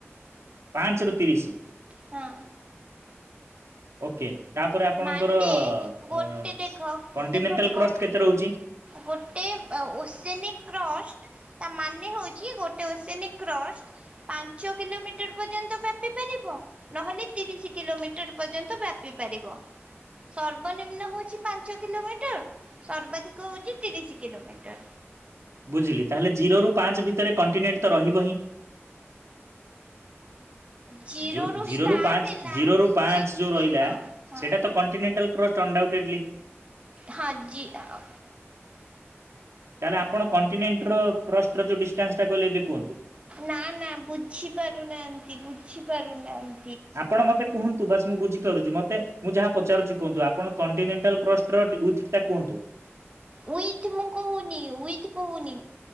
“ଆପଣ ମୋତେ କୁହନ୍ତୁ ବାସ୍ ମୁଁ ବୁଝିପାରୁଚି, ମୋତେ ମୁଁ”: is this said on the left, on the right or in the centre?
Right